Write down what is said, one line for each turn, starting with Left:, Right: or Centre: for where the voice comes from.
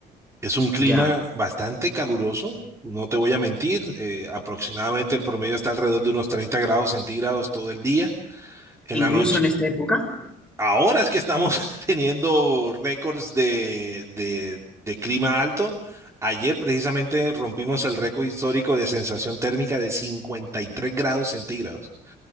Right: Es un clima
Centre: Ya.
Right: bastante caluroso, no te voy a mentir, eh, aproximadamente el promedio está alrededor de unos 30 grados centígrados todo el día, en
Centre: Incluso
Right: la noche.
Centre: en esta época.
Right: Ahora es que estamos <laughs> teniendo récords de, de- de clima alto. Ayer precisamente rompimos el récord histórico de sensación térmica de 53 grados centígrados.